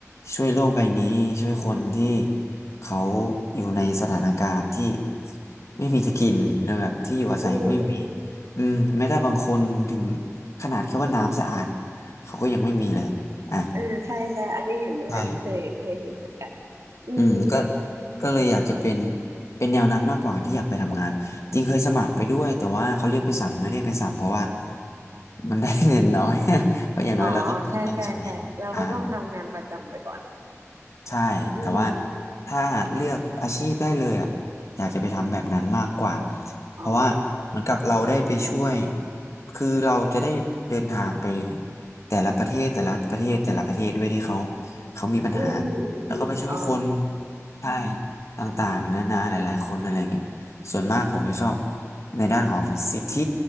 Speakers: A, on the left; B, on the right.
A: ช่วยโลกใบนี้ช่วยคนที่เขาอยู่ในสถานการณ์ที่ไม่มีจะกินหรือแบบที่อยู่อาศัยก็ไม่มี
B: อืม
A: อืมแม้แต่บางคนถึงขนาดแค่ว่าน้ำสะอาดเขาก็ยังไม่มีเลยอ่ะ
B: เออใช่ใช่อันนี้เห็นด้วยอันนี้เคยเคยเห็นเหมือนกัน
A: ใช่
B: อืม
A: อืมก็ก็เลยอยากจะเป็นเป็นแนวนั้นมากกว่าที่อยากไปทำงานจริงเคยสมัครไปด้วยแต่ว่าเขาเรียกไปสัมไม่ได้ไปสัมเพราะว่ามันได้ <laughs> เงินน้อย <laughs> เพราะอย่างน้อยเราต้องกินต้องใช้
B: อ๋อใช่ใช่ใช่เราก็ต้องทำงานประจำไปก่อน
A: อ่า ใช่
B: อืม
A: แต่ว่าถ้าเลือกอาชีพได้เลยอ่ะอยากจะไปทำแบบนั้นมากกว่า เพราะว่าเหมือนกับเราได้ไปช่วย
B: อ๋อ
A: คือเราจะได้เดินทางไปแต่ละประเทศแต่ละประเทศแต่ละประเทศด้วยที่เขาเขามีปัญหา
B: อืมอืมอืม
A: แล้วก็ไปช่วยคน
B: อ๋อ
A: ใช่ต่างๆนานาหลายๆคนอะไรเงี้ยส่วนมากผมจะชอบในด้านของสิทธิ